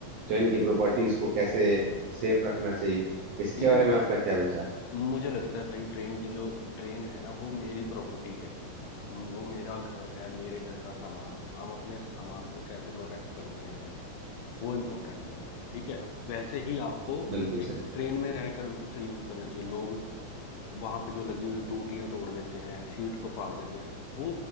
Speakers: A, on the right; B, on the left.
A: ट्रेन की प्रॉपर्टीज को कैसे सेफ रखना चाहिए इसके
B: ये मुझ,
A: बारे में आपका क्या विचार
B: मुझे लगता है भाई ट्रेन की जो ट्रेन है ना वो मेरी प्रॉपर्टी है वो मेरा घर है मेरे घर का सामान है हम अपने सामान को कैसे प्रोटेक्ट करते हैं वो इम्पोर्टेंट है ठीक है वैसे ही आपको
A: बिल्कुल
B: एक
A: सही
B: ट्रेन में रहकर उसे यूज करना चाहिए लोग वहां पे जो लगी हुई टूटियां तोड़ देते हैं सीट को फाड़ देते हैं वो